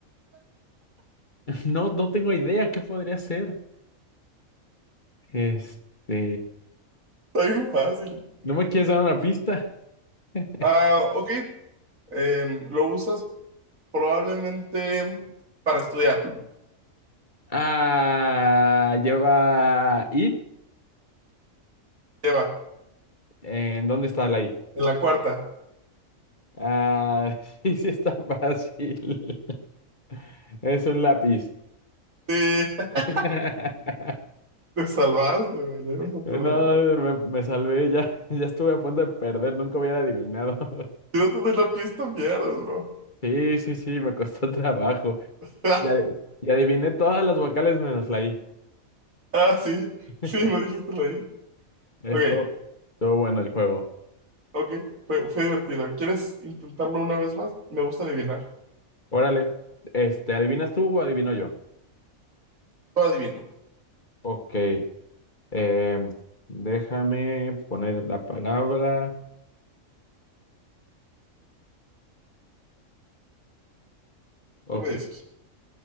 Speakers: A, on the left (about 35°); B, on the right (about 75°).
A: <laughs> no, no tengo idea qué podría ser. Este,
B: Está bien fácil.
A: ¿no me quieres dar una pista? <laughs>
B: Ah, ok. em, lo usas probablemente para estudiar.
A: Ah, lleva I.
B: Lleva,
A: ¿En dónde está la I?
B: en la cuarta.
A: Ah, <laughs> sí, sí está fácil. <laughs> Es un lápiz.
B: Sí, <laughs>
A: <laughs>
B: te salvaste, me llegas a
A: No,
B: perder.
A: me, me salvé, ya, <laughs> ya estuve a punto de perder, nunca hubiera adivinado. <laughs>
B: Si no te doy la pista, pierdes, bro.
A: Sí, sí, sí, me costó <laughs> trabajo.
B: <laughs>
A: Y, adi- y adiviné todas las vocales menos la I.
B: Ah, sí,
A: <laughs>
B: sí, lo dijiste ahí.
A: Esto,
B: Ok,
A: estuvo bueno el juego.
B: ok, fue, fue divertido. ¿Quieres intentarlo una vez más? Me gusta adivinar.
A: Órale, este, ¿adivinas tú o adivino yo?
B: Lo adivino,
A: Ok, em, déjame poner la palabra. Ok,
B: tú me dices.